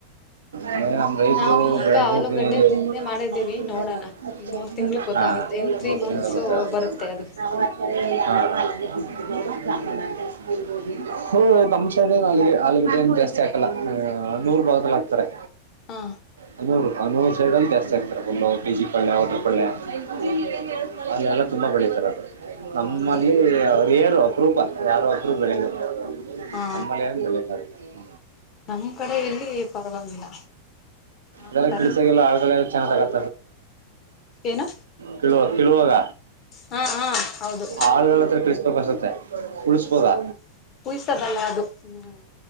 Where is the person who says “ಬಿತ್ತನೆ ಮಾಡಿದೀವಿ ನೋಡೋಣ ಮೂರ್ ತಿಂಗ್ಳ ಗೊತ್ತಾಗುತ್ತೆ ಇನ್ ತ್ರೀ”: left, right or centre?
Left